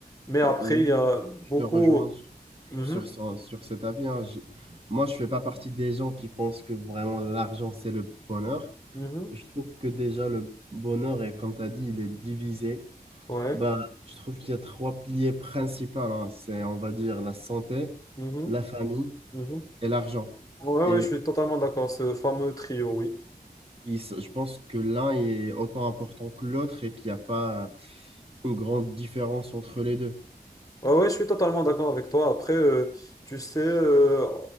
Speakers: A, on the left (about 20°); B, on the right (about 35°).
A: Mais
B: Bah,
A: après,
B: oui,
A: il y a beaucoup...
B: je te rejoins
A: Mhm,
B: sur, ce- sur cet avis. hein. Je- moi, je fais pas partie des gens qui pensent que vraiment l'argent, c'est le bonheur.
A: mhm,
B: Je trouve que déjà, le bonheur, est, comme tu as dit, il est divisé
A: ouais,
B: Bah, je trouve qu'il y a trois piliers principaux. hein. C'est, on va dire, la santé,
A: mhm,
B: la famille
A: mhm.
B: et l'argent.
A: Ouais,
B: Et
A: ouais, je suis totalement d'accord, ce fameux trio, oui.
B: il s- je pense que l'un est autant important que l'autre et qu'il n'y a pas une grande différence entre les deux.
A: Ouais, ouais, je suis totalement d'accord avec toi. Après, euh, tu sais, euh,